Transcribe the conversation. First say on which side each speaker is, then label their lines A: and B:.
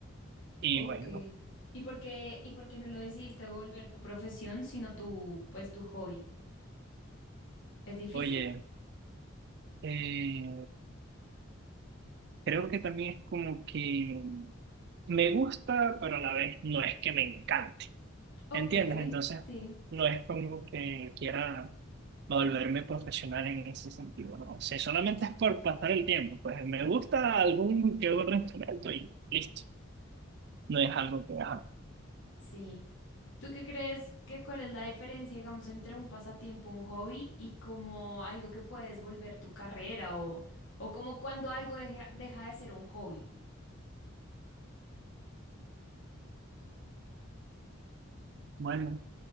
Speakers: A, on the right; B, on the left.
A: Y
B: Ok.
A: bueno,
B: ¿Y por qué, y por qué no lo decidiste volver tu profesión, sino tu, pues, tu hobby? ¿Es difícil?
A: oye, eh, creo que también es como que... Me gusta, pero a la vez no es que me encante.
B: Ok,
A: ¿Entiendes? Entonces,
B: sí,
A: no es como que quiera volverme profesional en ese sentido, ¿no? O sea, solamente es por pasar el tiempo. Pues me gusta algún que otro instrumento y listo. No es algo que... ajá.
B: sí. ¿Tú qué crees que cuál es la diferencia, digamos, entre un pasatiempo, un hobby y como algo que puedes volver tu carrera o, o como cuando algo deja, deja de ser un hobby?
A: Bueno,